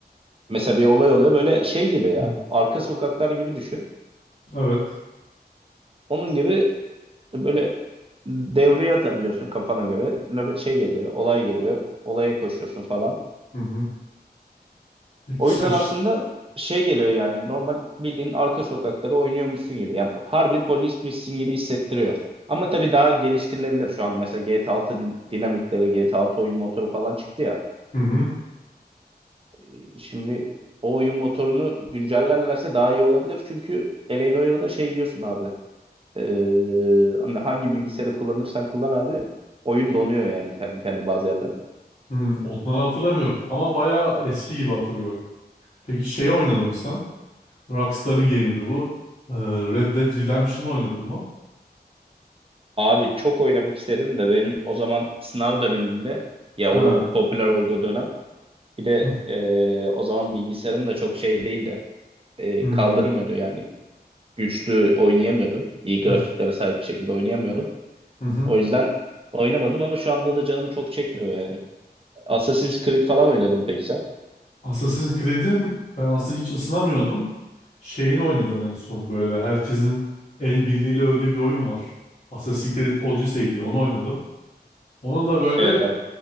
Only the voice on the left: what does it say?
hı.
Evet.
Hı hı. Peki
sen...
ş-
Hı hı,
hı. Onları hatırlamıyorum. Ama bayağı eski gibi hatırlıyorum. Peki şeyi oynadın mı sen? Rockstar'ın game'iydi bu. Ee, Red Dead Redemption'ı oynadın mı?
Ha.
Hı
hı
hı
hı. hı.
Assassin's Creed'in ben aslında hiç ısınamıyordum. Şeyini oynadım en son böyle. Herkesin el birliğiyle övdüğü bir oyun var. Assassin's Creed Odyssey diye onu oynadım. Onu da böyle